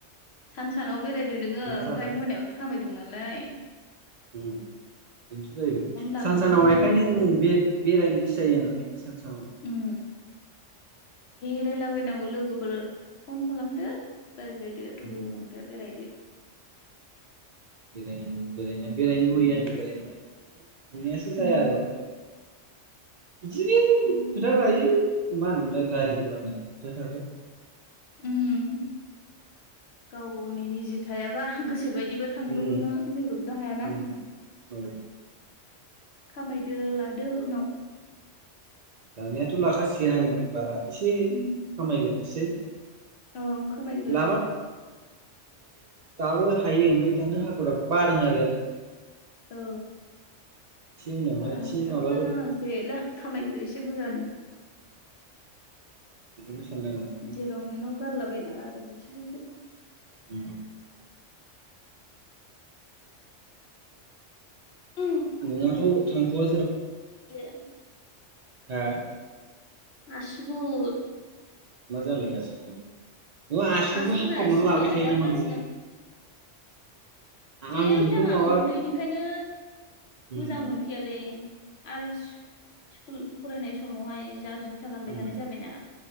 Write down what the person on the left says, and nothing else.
सान सानाव बेरायदो दोङो ओमफ्राय
मोनायावथ' खामानि दं नालाय ।
लाखाबाय
नों
खामानिखौ
उम बेरायलाबायनांगौ लोगोफोर फन खालामदो रायज्लायदो
होलांदो बेरायदो ।
उम
उम
बेबो
मोनसे
ओम गाव गावनि निजे थायाबा गोसो गोसो बायदिबो थांब्रबनो
फैब्रबनो हायाना
खामा दो लादो उनाव
उम
औ खामायग्रो
औ
बारा
हाखु दाखु
लानाङा खामायग्रो एसे बुरजानो
जेराव मेराव गारला बायनाङा आरो <unintelligible>
ओम
आसुगुरा
<unintelligible>
आसुगुर
आसुगुरा
सिमाया
जा
गाज्रिना
जेबो
दाङा
ओन्दैनिफ्रायनो
मोजां नंखायालै आरो स्कुल फरायनाय समावहाय जा जुथा गानबाय
थानाय जाबायना